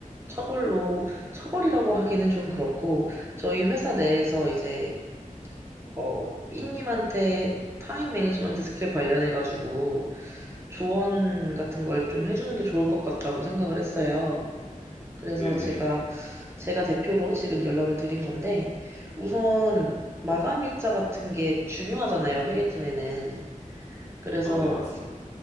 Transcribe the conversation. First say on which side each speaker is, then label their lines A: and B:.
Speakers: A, on the right; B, on the left.
A: 처벌로, 처벌이라고 하기는 좀 그렇고, 저희 회사 내에서 이제 어, 삐님한테 타임 매니지먼트 스킬 관련해가지고 조언 같은 걸 좀 해주는 게 좋을 것 같다고 생각을 했어요. 그래서
B: 네네.
A: 제가, 제가 대표로 지금 연락을 드린 건데, 우선 마감 일자 같은 게 중요하잖아요, 회계팀에는. 그래서
B: 아, 네, 맞습니다.